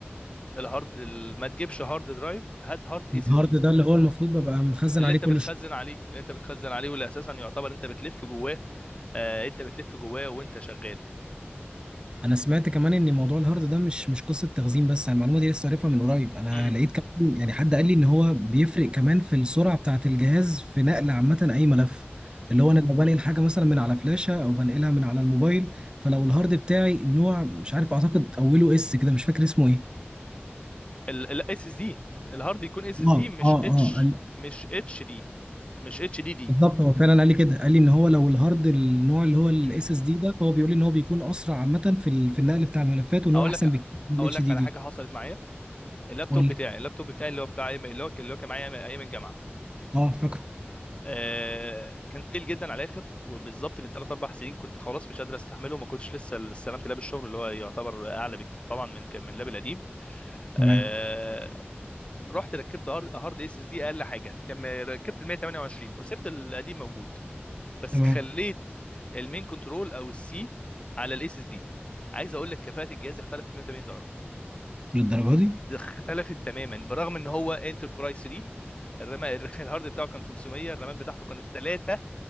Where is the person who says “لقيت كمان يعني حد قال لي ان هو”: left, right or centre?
Right